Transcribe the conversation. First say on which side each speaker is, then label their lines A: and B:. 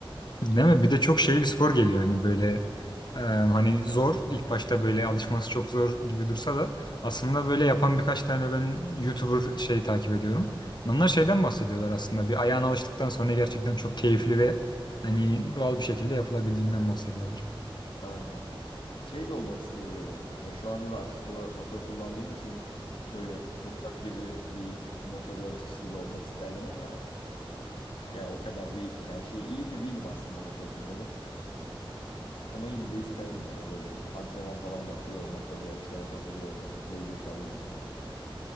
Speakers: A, on the left; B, on the left.
A: Değil mi? Bir de çok şey bir spor geliyor yani böyle am, hani zor ilk başta böyle alışması çok zor gibi dursa da aslında böyle yapan birkaç tane ben YouTuber şey takip ediyorum. Onlar şeyden bahsediyorlar aslında bir ayağına alıştıktan sonra gerçekten çok keyifli ve hani doğal bir şekilde yapılabildiğinden bahsediyorlar.
B: Aynen. Şey de olmak isteyebilirdim. Yani şu anda da aktif olarak motor kullandığım için böyle toprak gibi bir motor yarışçısı da olmak isterdim ama yani o kadar değil. Yani şey iyi de değilim aslında motor sürmede. Ama yine de isterdim ya böyle antrenman falan yapıyor olmak ya da yarışlara katılıyor olmak. Bölgesel de olsa.